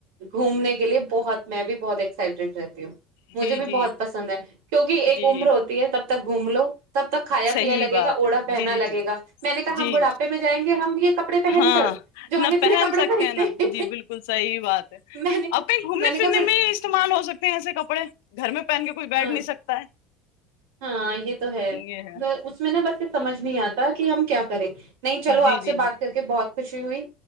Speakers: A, on the right; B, on the left.
A: گھومنے کے لیے بہت میں بھی بہت سیبریٹ رہتی ہوں مجھے
B: جی
A: بھی بہت
B: جی
A: پسند ہے کیونکہ ایک
B: جی
A: عمر ہوتی ہے تب تک گھوم لو تب تک کھایا
B: صحیح
A: پیا لگے
B: بات
A: گا اوڑا
B: ہے
A: پہنا
B: جی جی
A: لگے
B: جی
A: گا میں نے کہا
B: جی
A: ہم بڑھاپے میں جائیں گے ہم یہ کپڑے پہن
B: ہاں
A: کر جو ہم
B: نہ
A: اتنے
B: پہن
A: کپڑے
B: سکتے
A: خریدتے
B: ہیں نا جی بالکل صحیح بات ہے
A: میں نے کہا
B: اپ کہیں گھومنے
A: نے
B: پھرنے
A: کہا پھر
B: میں ہی استعمال ہو سکتے ہیں ایسے کپڑے گھر میں پہن کے کوھ بیٹھ
A: ہاں
B: نہیں سکتا ہے
A: ہاں یہ تو ہے
B: یہ ہے
A: اس میں نا بس یہ سمجھ نہیں آتی کہ ہم کیا کریں نہیں چلو آپ
B: جی جی
A: سے
B: جی
A: بات کر کے بہت خوشی ہوئی